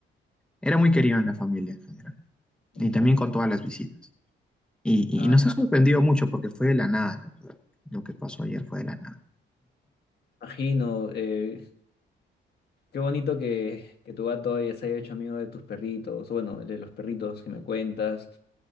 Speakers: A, in the centre; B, on the left.
A: era muy querido en la familia en general y
B: Hombre.
A: también con todas las visitas. Y,
B: Ah,
A: y nos ha sorprendido mucho porque fue de la nada, la verdad. Lo que pasó ayer fue de la nada.
B: imagino. eh, qué bonito que, que tu gato haya- se haya hecho amigo de tus perritos, o bueno, de los perritos que me cuentas.